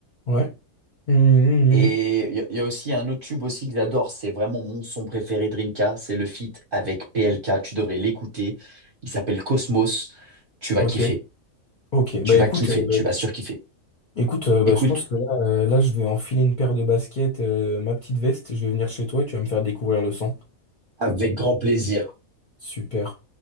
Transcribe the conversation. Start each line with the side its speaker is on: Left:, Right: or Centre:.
Left: ouais. Hmm,
Right: Et
Left: hmm,
Right: il y, a il y a aussi un autre tube aussi que j'adore, c'est vraiment mon son préféré Drinka. c'est le feat avec PLK, tu devrais l'écouter. Il s'appelle Cosmos, tu vas
Left: hmm.
Right: kiffer,
Left: Ok, ok.
Right: tu
Left: Bah écoute,
Right: vas kiffer,
Left: euh,
Right: tu vas surkiffer.
Left: écoute, euh, bah,
Right: Écoute,
Left: je pense que là, euh, là, je vais enfiler une paire de baskets, euh, ma petite veste, je vais venir chez toi et tu vas me faire découvrir le son.
Right: avec grand plaisir.
Left: Super.